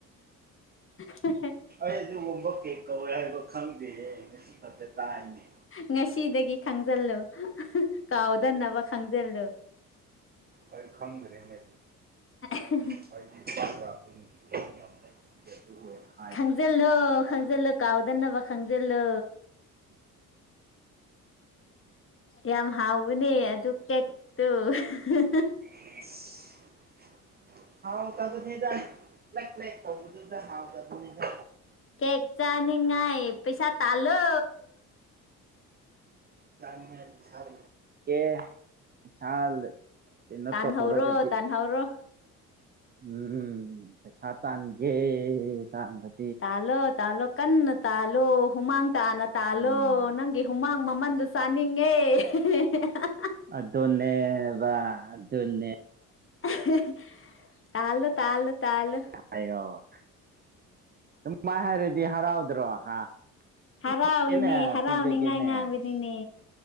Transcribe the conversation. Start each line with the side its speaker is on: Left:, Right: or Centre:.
Left: ꯍ ꯍ
Right: ꯑꯩꯖꯨ ꯃꯨꯝꯕ ꯀꯦꯛ ꯀꯧꯋꯦ ꯍꯥꯏꯕ ꯈꯪꯗꯦꯍꯦ ꯉꯁꯤ ꯈꯛꯇ ꯇꯥꯏꯅꯦ
Left: ꯉꯁꯤꯗꯒꯤ ꯈꯪꯖꯜꯂꯨ ꯑꯍ ꯀꯥꯎꯗꯅꯕ ꯈꯪꯖꯜꯂꯨ
Right: ꯑꯩ ꯈꯪꯗ꯭ꯔꯦꯅꯦ
Left: ꯑꯍꯦ ꯍꯦ
Right: <unintelligible>
Left: ꯈꯪꯖꯜꯂꯣ ꯈꯪꯖꯜꯂꯣ ꯀꯥꯎꯗꯅꯕ ꯈꯪꯖꯜꯂꯣ ꯌꯥꯝ ꯍꯥꯎꯕꯅꯦ ꯑꯗꯨ ꯀꯦꯛꯇꯨ ꯍ ꯍ
Right: <unintelligible> ꯍꯥꯎꯇꯕꯅꯤꯗꯥ ꯂꯦꯛ ꯂꯦꯛ ꯇꯧꯕꯗꯨꯗ ꯍꯥꯎꯇꯕꯅꯤꯗꯥ
Left: ꯀꯦꯛ ꯆꯥꯅꯤꯡꯉꯥꯏ ꯄꯩꯁꯥ ꯇꯥꯜꯂꯣ
Right: ꯆꯥꯅꯤꯡꯉꯥꯏ ꯄꯩꯁꯥ ꯂꯩ ꯀꯦ ꯄꯩꯁꯥ ꯂ ꯀꯩꯅꯣ
Left: ꯇꯥꯟꯍꯧꯔꯣ
Right: ꯇꯧꯕꯒꯥꯗꯤ
Left: ꯇꯥꯟꯍꯧꯔꯣ
Right: ꯎꯝ ꯄꯩꯁꯥ ꯇꯥꯟꯒꯦ ꯇꯥꯟꯕꯟ
Left: ꯇꯥꯂꯣ ꯇꯥꯂꯣ ꯀꯟꯅ ꯇꯥꯂꯣ ꯍꯨꯃꯥꯡ ꯇꯥꯅ ꯇꯥꯜꯂꯣ
Right: ꯎꯝ
Left: ꯅꯪꯒꯤ ꯍꯨꯃꯥꯡ ꯃꯃꯟꯗꯣ ꯆꯥꯅꯤꯡꯉꯦ ꯍꯦꯍꯥꯍꯥꯍꯥ
Right: ꯑꯗꯨꯅꯦꯕ ꯑꯗꯨꯅꯦ
Left: ꯑꯍꯦꯍꯦ ꯇꯥꯜꯂꯣ ꯇꯥꯜꯂꯣ ꯇꯥꯜꯂꯣ
Right: ꯍꯥꯏꯌꯣꯕ ꯗꯨꯃꯥꯏ ꯍꯥꯏꯔꯗꯤ ꯍꯔꯥꯎꯗ꯭ꯔꯣ ꯍꯥ ꯄꯤꯖꯥꯒꯦꯅꯦ
Left: ꯍꯔꯥꯎꯏꯅꯦ ꯍꯔꯥꯎꯅꯤꯉꯥꯏ
Right: ꯄꯤꯖꯥꯒꯦꯅꯦ
Left: ꯉꯥꯡꯕꯅꯤꯅꯦ
Right: ꯏꯁ